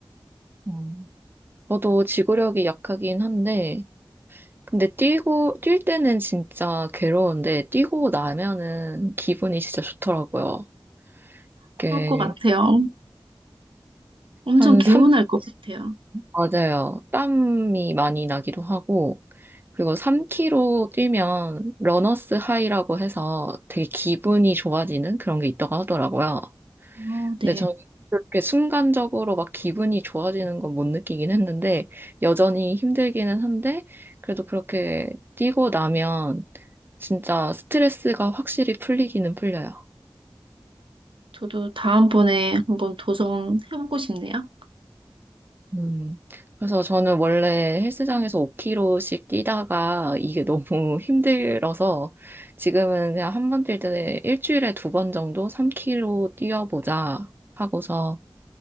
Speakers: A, on the right (about 25°); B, on the right (about 80°).
A: 음. 저도 지구력이 약하긴 한데, 근데 뛰고, 뛸 때는 진짜 괴로운데, 뛰고 나면은 기분이 진짜 좋더라고요.
B: 그럴
A: 이게
B: 것 같아요. 엄청
A: 한
B: 개운할 것 같아요.
A: 맞아요. 땀이 많이 나기도 하고, 그리고 3km 뛰면 러너스 하이라고 해서 되게 기분이 좋아지는 그런 게 있다고 하더라고요.
B: 어, 네.
A: 근데 저는 그렇게 순간적으로 막 기분이 좋아지는 건 못 느끼긴 했는데, 여전히 힘들기는 한데, 그래도 그렇게 뛰고 나면 진짜 스트레스가 확실히 풀리기는 풀려요.
B: 저도 다음번에 한번 도성 해보고 싶네요.
A: 음, 그래서 저는 원래 헬스장에서 5kg씩 뛰다가 이게 너무 <laughs> 힘들어서 지금은 그냥 한 번 뛸 때 일주일에 두 번 정도 3kg 뛰어보자 하고서